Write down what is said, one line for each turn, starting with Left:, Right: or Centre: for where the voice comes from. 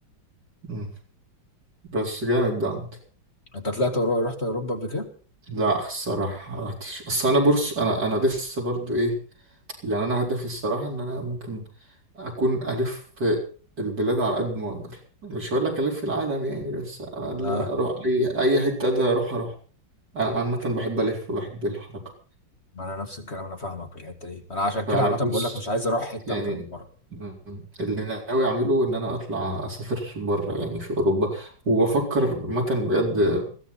Right: مم. بس جامد ده عامة.
Left: انت طلعت أورو... رحت اوروبا قبل كده
Right: لا الصراحة ما رحتش اصل انا بورس انا انا لسه برضو ايه يعني انا هدفي الصراحة ان انا ممكن اكون الف في البلاد على قد ما اقدر مش هقول لك الف العالم يعني بس على الاقل
Left: اه
Right: اروح اي اي حتة اقدر اروح اروح انا عامة بحب الف وبحب الحركة
Left: ما انا نفس الكلام انا فاهمك في الحته دي انا عشان كده
Right: فانا
Left: عامه
Right: بص
Left: بقول لك مش عايز اروح حته
Right: يعني
Left: اكتر من مره
Right: مم، اللي أنا ناوي اعمله ان انا اطلع اسافر بره يعني في اوروبا وبفكر مثلا بجد